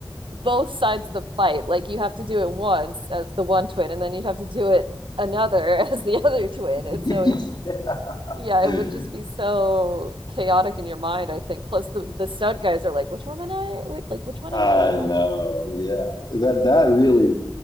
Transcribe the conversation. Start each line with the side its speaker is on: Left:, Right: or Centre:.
Right: both sides of the fight. Like you have to do it once as the one twin, and then you'd have to do it another <laughs> as the other twin.
Left: <laughs>
Right: And so it's yeah,
Left: Yeah.
Right: it would just be so chaotic in your mind, I think. Plus the the stunt guys are like, which one am I? Wait, Like which one
Left: I
Right: am I now?
Left: know, yeah. That that really